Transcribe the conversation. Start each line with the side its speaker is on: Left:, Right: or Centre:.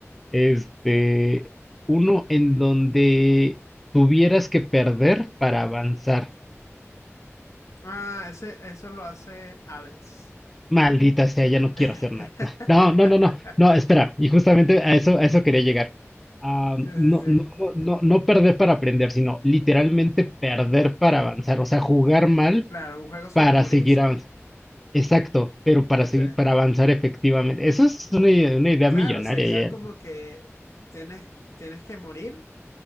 Centre: Este, uno en donde tuvieras que perder para avanzar.
Left: Ah, ese, eso lo hace Hades.
Centre: Maldita sea, ya no
Left: <laughs>
Centre: quiero hacer nada. <laughs> No, no, no, no, no, espera. Y justamente a eso, a eso quería llegar. Ah,
Left: Sí,
Centre: no,
Left: sí, sí.
Centre: no, no, no, no perder para aprender, sino literalmente perder para avanzar. O sea, jugar mal
Left: Claro, un juego sobre
Centre: para
Left: morirse.
Centre: seguir avanzando. Exacto, pero para
Left: Ok.
Centre: seguir, para avanzar efectivamente. Eso es una, idea- una idea
Left: Claro,
Centre: millonaria.
Left: sería como
Centre: ya.
Left: que tienes, tienes que morir